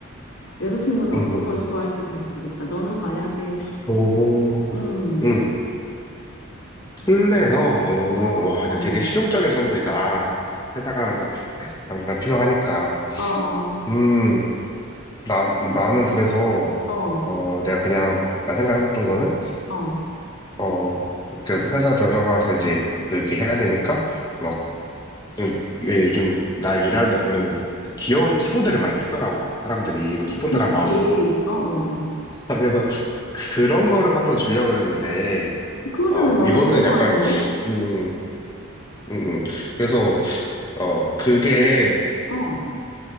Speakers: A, on the left (about 80°); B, on the left (about 20°).
A: 여자친구는
B: 응응.
A: 어떤 걸 좋아할지 잘 모르겠다. 너는 만약에
B: 오호.
A: 음,
B: 응. 슬래너? 어,
A: 어, 어,
B: 와, 근데 되게 실용적인 선물이다. 회사 가면 또 당장 필요하니까.
A: 어,
B: 음, 나, 나는 그래서,
A: 어,
B: 어, 내가 그냥, 나 생각해봤던 거는,
A: 어,
B: 어, 그래서 회사 들어가서 이제 또 이렇게 해야 되니까, 막, 좀, 왜 요즘 나 일하는 데 보면은 귀여운 키보드를 많이 쓰더라고, 사람들이. 뭐 키보드랑
A: 그치,
B: 마우스?
A: 어, 어, 어.
B: <laughs> 그래서 그런 거를 한번 주려고 그랬는데,
A: 그것도
B: 어,
A: 난 너무
B: 이거는
A: 좋을 것
B: 약간,
A: 같은데?
B: 음, 음, 음. 그래서, 어, 그게,
A: 어,